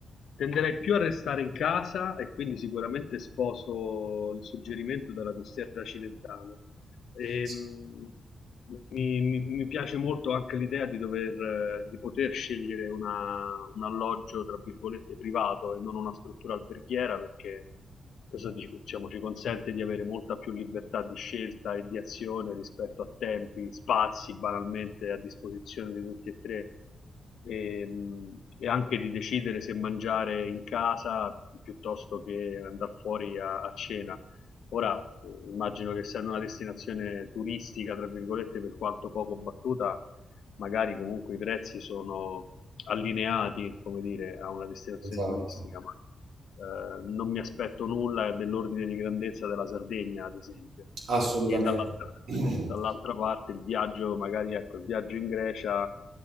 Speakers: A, on the left (about 75°); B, on the right (about 85°).
A: tenderei più a restare in casa e quindi sicuramente sposo il suggerimento della costiera cilentana. Ehm,
B: Sì,
A: mi, mi- mi piace molto anche l'idea di dover, eh, di poter scegliere una- un alloggio, tra virgolette, privato e non una struttura alberghiera, perché questo, diciamo, ci consente di avere molta più libertà di scelta e di azione rispetto a tempi, spazi, banalmente a disposizione di tutti e tre. E, mh, e anche di decidere se mangiare in casa piuttosto che andare fuori a a cena. Ora eh, immagino che essendo una destinazione turistica, tra virgolette, per quanto poco battuta, magari comunque i prezzi sono allineati, come dire, a una destinazione
B: Esatto,
A: turistica, ma eh, non mi aspetto nulla dell'ordine di grandezza della Sardegna, ad esempio
B: assolutamente.
A: e dall'altra,
B: <clears throat>
A: dall'altra parte il viaggio, magari ecco, il viaggio in Grecia